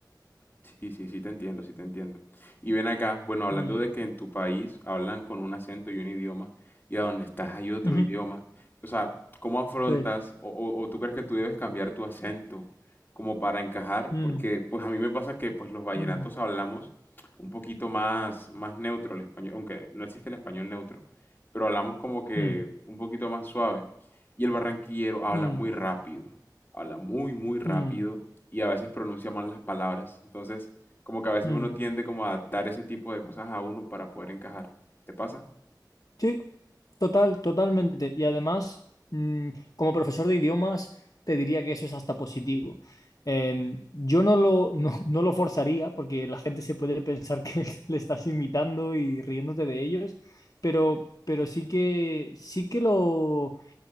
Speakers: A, on the left; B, on the left.
A: Sí, sí, sí te entiendo, sí te entiendo. Y ven acá, bueno, hablando
B: Mm,
A: de que en tu país hablan con un acento y un idioma, y a donde estás hay otro
B: ujú,
A: idioma, o sea, ¿cómo afrontas
B: sí.
A: o, o- o tú crees que tú debes cambiar tu acento como para encajar?
B: Mm,
A: Porque pues a mí me pasa que pues los vallenatos
B: mm,
A: hablamos un poquito más, más neutro el español, aunque no existe el español neutro, pero hablamos como que
B: mm,
A: un poquito más suave. Y el barranquillero habla
B: mm,
A: muy rápido habla muy, muy rápido
B: mm,
A: y a veces pronuncia mal las palabras. Entonces, como que a veces
B: mm.
A: uno tiende como a adaptar ese tipo de cosas a uno para poder encajar. ¿Te pasa?
B: Sí, total, totalmente. Y además, mm, como profesor de idiomas, te diría que eso es hasta positivo. Eh, yo no lo, <laughs> no, no lo forzaría porque la gente se puede pensar que <laughs> le estás imitando y riéndote de ellos, pero, pero sí que, sí que lo...